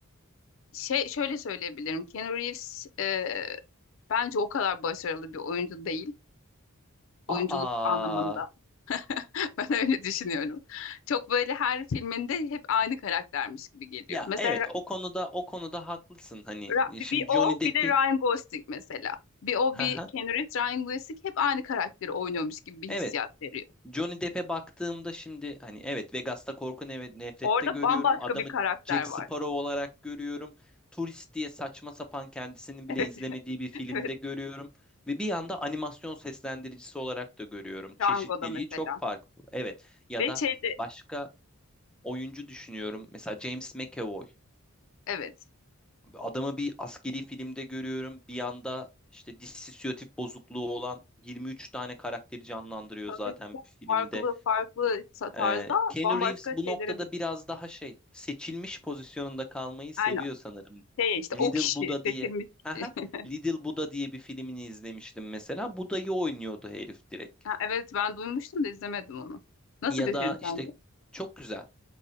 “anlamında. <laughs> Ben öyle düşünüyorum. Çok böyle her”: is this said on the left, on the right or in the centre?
Left